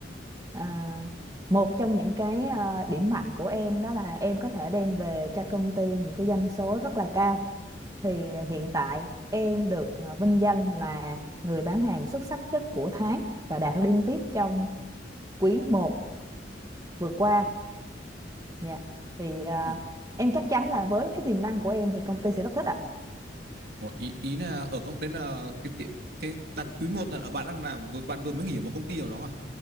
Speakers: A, on the right (about 20°); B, on the right (about 60°).
A: à, một trong những cái à, điểm mạnh của em đó là em có thể đem về cho công ty những cái doanh số rất là cao thì hiện tại em được à, vinh danh là người bán hàng xuất sắc nhất của tháng và đạt liên tiếp trong quý một vừa qua dạ thì à,
B: Ờ,
A: em chắc chắn là với cái tiềm năng của em thì công ty sẽ rất thích ạ
B: ờ, ý ý là ở công đến là cái tiệm cái đặt quý một là bạn đang làm vừa bạn vừa mới nghỉ ở một công ty nào đó à?